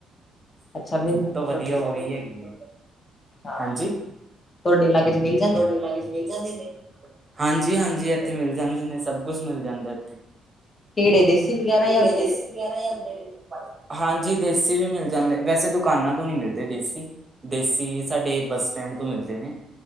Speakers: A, on the left (about 35°); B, on the right (about 25°).
A: ਅੱਛਾ, ਮਿਲ ਤੁਹਾਡੇ
B: ਵਧੀਆ ਹੋਈ ਹੈਗੀ,
A: ਹਾਂ
B: ਹਾਂਜੀ?
A: ਤੁਹਾਡੇ ਇਲਾਕੇ'ਚ ਮੀਲ
B: ਤੁਹਾਡੇ ਇਲਾਕੇ'ਚ ਮਿਲ ਜਾਂਦੇ ਨੇ? ਹਾਂਜੀ-ਹਾਂਜੀ, ਇੱਥੇ ਮਿਲ ਜਾਂਦੇ ਨੇ ਸਭ ਕੁਛ ਮਿਲ ਜਾਂਦਾ ਇੱਥੇ।
A: ਕਿਹੜੇ ਦੇਸੀ ਵਗੈਰਾ
B: ਫੇਰ
A: ਜਾਂ
B: ਏ, ਦੇਸੀ
A: ਜਿਹੜੇ
B: ਵਗੈਰਾ ਈ ਆਂਦੇ ਨੇ? ਹਾਂਜੀ, ਦੇਸੀ ਵੀ ਮਿਲ ਜਾਂਦੇ ਨੇ, ਵੈਸੇ ਦੁਕਾਨਾਂ ਤੋਂ ਨਹੀਂ ਮਿਲਦੇ ਦੇਸੀ। ਦੇਸੀ, ਸਾਡੇ ਬੱਸ ਸਟੈਂਡ ਤੋਂ ਮਿਲਦੇ ਨੇ।